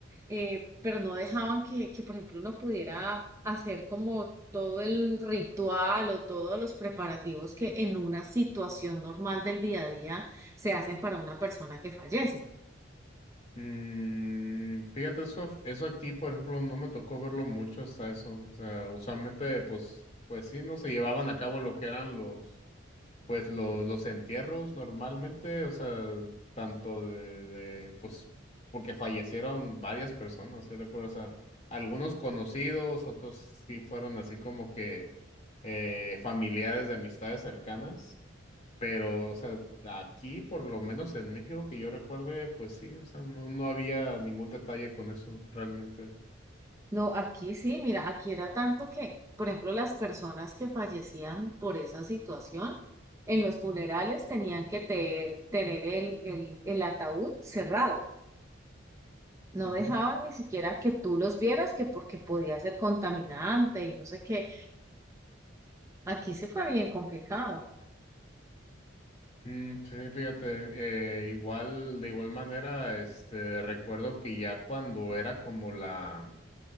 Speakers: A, on the right (about 15°); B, on the left (about 35°).
A: eh, pero no dejaban que, que, por ejemplo, uno pudiera hacer como todo el ritual o todos los preparativos que en una situación normal del día a día se hacen para una persona que fallece.
B: Mm, fíjate, eso, eso aquí, por ejemplo, no me tocó verlo mucho hasta eso. O sea, usualmente, pues, pues sí, no se llevaban a cabo lo que eran los, pues, lo- los entierros normalmente, o sea, tanto de, de, pues, porque fallecieron varias personas, sí recuerdo, o sea, algunos conocidos, otros sí fueron así como que eh, familiares de amistades cercanas. Pero, o sea, aquí, por lo menos en México, que yo recuerde, pues sí, o sea, no, no había ningún detalle con eso realmente.
A: No, aquí sí, mira, aquí era tanto que, por ejemplo, las personas que fallecían por esa situación, en los funerales tenían que te- tener el, el, el ataúd cerrado. No
B: Ujú.
A: dejaban ni siquiera que tú los vieras, que porque podía ser contaminante y no sé qué. Aquí sí fue bien complicado.
B: Mm, sí, fíjate, eh, igual, de igual manera, este, recuerdo que ya cuando era como la,